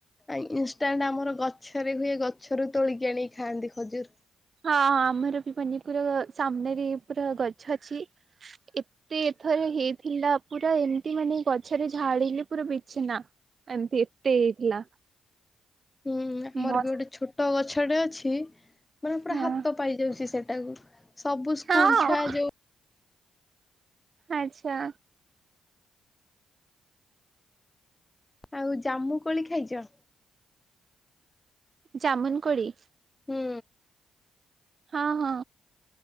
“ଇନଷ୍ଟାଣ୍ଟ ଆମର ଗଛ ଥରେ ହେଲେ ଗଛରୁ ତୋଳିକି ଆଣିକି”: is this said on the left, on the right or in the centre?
Left